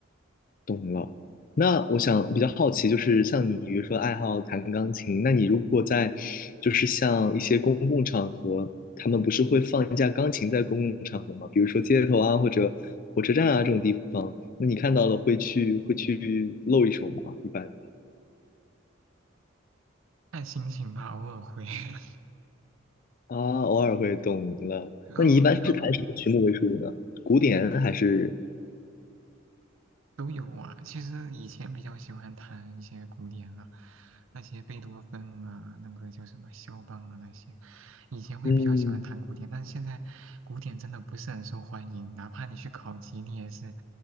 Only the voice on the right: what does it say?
看心情吧，偶尔会。<laughs>
主要主要
都有啊。其实以前比较喜欢弹一些古典啊，那些贝多芬啊，那个叫什么肖邦啊那些，以前会比较喜欢弹古典，
但是现在古典真的不是很受欢迎，哪怕你去考级，你也是